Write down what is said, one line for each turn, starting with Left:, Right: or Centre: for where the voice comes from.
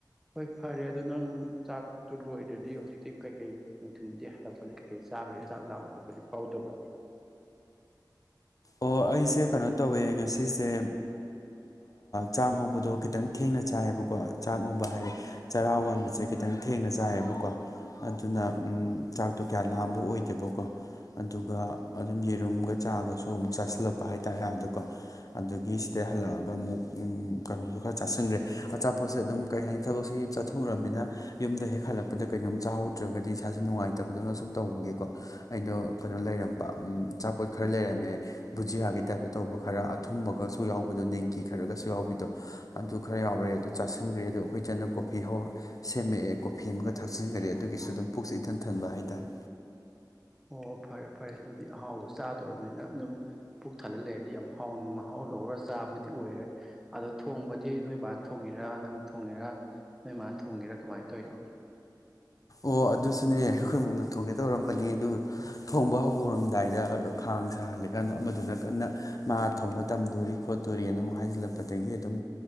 Centre: ꯍꯣꯏ ꯐꯔꯦ ꯑꯗꯣ ꯅꯪ ꯆꯥꯛ ꯇꯨ ꯂꯣꯏꯗ꯭ꯔꯗꯤ ꯍꯧꯖꯤꯛꯇꯤ ꯀꯩꯀꯩ ꯅꯨꯡꯊꯤꯜꯗꯤ ꯍꯜꯂꯛꯄꯗ ꯀꯩꯀꯩ ꯆꯥꯈ꯭ꯔꯦ ꯆꯖꯥꯛ ꯂꯥꯝꯕ ꯈꯣꯠꯄꯗꯤ ꯐꯥꯎꯗꯕ꯭ꯔꯣ
Left: ꯑꯣ ꯑꯩꯁꯦ ꯀꯩꯅꯣ ꯇꯧꯋꯦ ꯉꯁꯤꯁꯦ ꯆꯥꯛ ꯉꯧꯕꯗꯣ ꯈꯤꯇꯪ ꯊꯦꯡꯅ ꯆꯥꯏꯌꯦꯕꯀꯣ ꯆꯥꯛ ꯉꯧꯕ ꯍꯥꯏꯔꯦ ꯆꯔꯥ ꯋꯥꯟꯕꯁꯦ ꯈꯤꯇꯪ ꯊꯦꯡꯅ ꯆꯥꯏꯌꯦꯕꯀꯣ ꯑꯗꯨꯅ ꯆꯥꯛꯇꯣ ꯀꯌꯥ ꯂꯥꯝꯕ ꯑꯣꯏꯗꯦꯕꯀꯣ ꯑꯗꯨꯒ ꯑꯗꯨꯝ ꯌꯦꯔꯨꯝꯒ ꯆꯥꯒꯁꯨ ꯑ ꯑꯃꯨꯛ ꯆꯥꯁꯤꯜꯂꯛꯄ ꯍꯥꯏꯇꯥꯔꯦ ꯑꯗꯣ ꯑꯗꯒꯤ ꯁꯤꯗꯩ ꯍꯜꯂꯛꯑꯒ ꯑꯃꯨꯛ ꯀꯩꯅꯣꯁꯨ ꯈꯔ ꯆꯥꯁꯤꯟꯈ꯭ꯔꯦ ꯑꯆꯥꯄꯣꯠꯁꯦ ꯑꯗꯨꯝ ꯀꯩ ꯍꯥꯏꯅꯤ ꯊꯕꯛꯁꯤ ꯆꯠꯊꯣꯛꯎꯔꯕꯃꯤꯅ ꯌꯨꯝꯗ ꯍꯦꯛ ꯍꯜꯂꯛꯄꯗ ꯀꯩꯅꯣꯝ ꯆꯥꯍꯧꯗ꯭ꯔꯒꯗꯤ ꯏꯁꯥꯁꯦ ꯅꯨꯡꯉꯥꯏꯇꯕꯗꯧꯅ ꯁꯨꯝ ꯇꯧꯕꯒꯤꯀꯣ ꯑꯩꯅꯣ ꯀꯩꯅꯣ ꯂꯩꯔꯝꯕ ꯑꯆꯥꯄꯣꯠ ꯈꯔ ꯂꯩꯔꯝꯃꯦ ꯕꯨꯖꯤꯌꯥꯒꯤ ꯇꯥꯏꯞꯇ ꯇꯧꯕ ꯈꯔ ꯑꯊꯨꯝꯕꯒꯁꯨ ꯌꯥꯎꯕꯗꯣ ꯅꯦꯡꯀꯤ ꯈꯔꯒꯁꯨ ꯌꯥꯎꯕꯤꯗꯣ ꯑꯗꯨ ꯈꯔ ꯌꯥꯎꯔꯦ ꯑꯗꯨ ꯆꯥꯁꯤꯟꯈ꯭ꯔꯦ ꯑꯗꯣ ꯑꯩꯈꯣꯏ ꯖꯅ ꯀꯣꯐꯤ ꯍꯧ ꯁꯦꯝꯃꯛꯑꯦ ꯀꯣꯐꯤ ꯑꯃꯒ ꯊꯛꯆꯤꯟꯈꯔꯦ ꯑꯗꯨꯒꯤꯁꯨ ꯑꯗꯨꯝ ꯄꯨꯛꯁ ꯏꯊꯟ ꯊꯟꯕ ꯍꯥꯏꯇꯥꯔꯦ
Centre: ꯑꯣ ꯍꯣ ꯐꯔꯦ ꯐꯔꯦ ꯑꯗꯨꯗꯤ ꯑꯍꯥꯎꯕꯁꯨ ꯆꯥꯗꯣꯔꯕꯅꯤꯅ ꯑꯗꯨꯝ ꯄꯨꯛ ꯊꯜꯍꯜ ꯂꯩꯔꯗꯤ ꯌꯥꯝ ꯅ ꯃꯍꯥꯎ ꯂꯧꯔꯒ ꯆꯥꯕꯗꯨ ꯑꯣꯏꯔꯦ ꯑꯗꯣ ꯊꯣꯡꯕꯗꯤ ꯅꯣꯏꯕꯥꯅ ꯊꯣꯡꯉꯤꯔ ꯅꯪꯅ ꯊꯣꯡꯉꯦꯔ ꯅꯣꯏ ꯃꯥꯅ ꯊꯣꯡꯒꯦꯥ ꯀꯃꯥꯏ ꯇꯧꯔꯤꯅꯣ
Left: ꯑꯣ ꯑꯗꯨꯁꯨꯅꯦ ꯑꯩꯈꯣꯏ ꯃꯑꯣꯡꯗ ꯊꯣꯡꯒꯦ ꯇꯧꯔꯝꯕꯅꯦ ꯑꯗꯨꯒ ꯊꯣꯡꯕ ꯍꯧꯔꯝꯗꯥꯏꯗ ꯈꯥꯡ ꯁꯥꯍꯜꯜꯂꯤꯀꯥꯟꯗ ꯑꯃꯗꯨꯅ ꯀꯟꯅ ꯃꯥ ꯊꯧꯕ ꯇꯝꯗꯣꯔꯤ ꯈꯣꯠꯇꯣꯔꯤꯅ ꯑꯃꯨꯛ ꯍꯥꯏꯖꯤꯜꯂꯛꯄꯗꯒꯤ ꯑꯗꯨꯝ